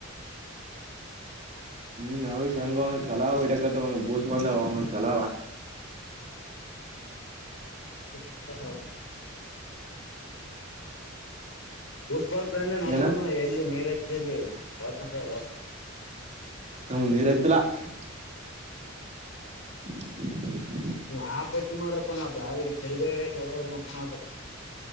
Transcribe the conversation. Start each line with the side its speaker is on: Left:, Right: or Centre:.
Right: ಹ್ಮ್ ಅವ ಸಂಗ ಚಲಾವ. ಒ ಬೂಸ್ ಬಂದ ಚಲ.
Left: ಬ. ಸ್ ಬರ್ತ ಅಂದ್ರೆ ನಮ್ದನು
Right: ಏನ
Left: ಎಲ್ಲಿ ನೀರು ಹೆಚ್ಚಲ್ಲಿ ವಾತಂದ ಬರ್ತದೆ. <unintelligible>
Right: ಹ ನೀರ್ ಐ್ತಿಲ್ಲ <unintelligible> <unintelligible>
Left: ನೀವ್ ಆ ಪತಿಿ ಮಾಡ್ರಪ್ಪ ನಾವುಿ ಸರಿದ ಗಡಕದ್ರದು ಹೌದು.